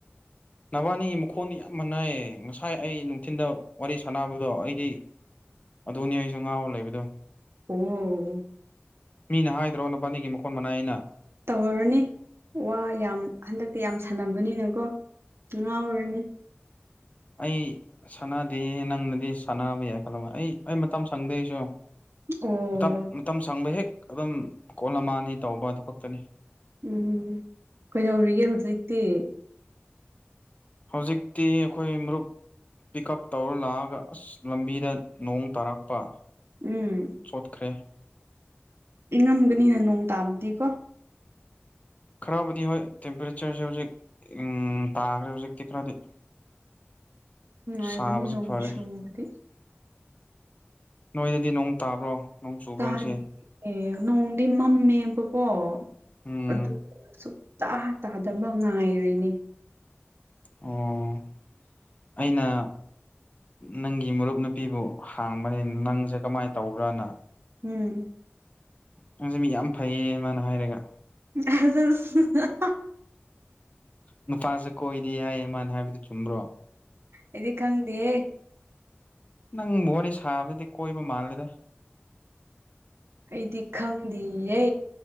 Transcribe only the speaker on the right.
ꯑꯣ
ꯇꯧꯔꯅꯤ ꯋꯥ ꯌꯥꯝ ꯍꯟꯗꯛꯇꯤ ꯌꯥꯝ ꯁꯥꯟꯅꯕꯅꯤꯅꯀꯣ ꯉꯥꯎꯔꯅꯤ <inaudible>
ꯑꯣ
ꯎꯝ ꯀꯩꯗꯧꯔꯤꯒꯦ ꯍꯧꯖꯤꯛꯇꯤ
ꯎꯝ
ꯏꯪꯉꯝꯒꯅꯤꯅ ꯅꯣꯡ ꯇꯥꯕꯗꯤ ꯀꯣ
ꯅꯨꯡꯉꯥꯏꯕꯅꯦ
ꯅꯣꯡꯁꯨꯝꯕꯗꯤ
ꯇꯥꯗꯤꯌꯦ
ꯅꯣꯡꯗꯤ ꯃꯝꯃꯦꯕꯀꯣ
ꯑꯗꯨ ꯇꯥ ꯇꯥꯗꯕ ꯉꯥꯏꯔꯤꯅꯤ
ꯎꯝ
<inaudible>
ꯑꯩꯗꯤ ꯈꯪꯗꯦꯍꯦ
ꯑꯩꯗꯤ ꯈꯪꯗꯤꯌꯦ